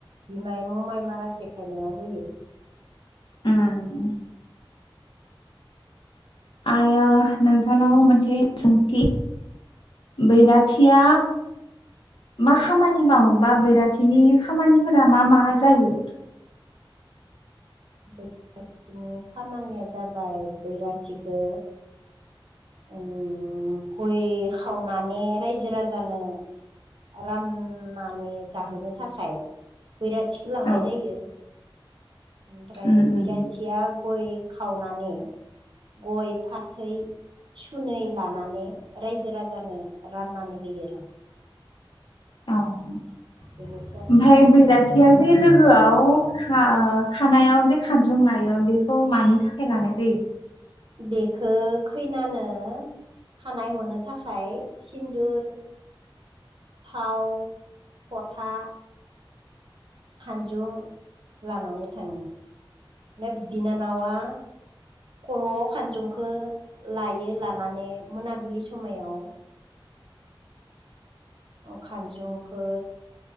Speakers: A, on the right (about 65°); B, on the left (about 65°).
A: बिमाय ममाइ मारा सेफायनायाव होयो।
B: ओम। आरो नोंथांनाव मोनसे सोंखि बैराथिया मा खामानि मावोबा बैराथिनि खामानिफोरा मा मा जायो?
A: बैराथिनि खामानिया जाबाय बैराथिखो ओम गय खावनानै रायजो-राजानो राननानै जाहोनो थाखाय बैराथिखो लांनाय
B: औ
A: जायो। ओमफ्राय
B: उम
A: बैराथिया
B: उम
A: गय खा वनानै गय-फाथै सुनै लानानै रायजो-राजानो राननानै होयो रा।
B: ओं ओमफ्राय
A: बेनिफ्राय
B: बैराथिया जे लोगोआव खा खानायाव जे खानजुं लायो बेखौ मानि थाखाय लानाय जायो
A: बेखौ खैनानो खानाय हनो थाखाय सिन्दुर थाव पथा खानजुं लानानै थाङो नेप बिनानावा खर'आव खानजंखौ लायो लानानै मोनाबिलि समायाव खानजुंखौ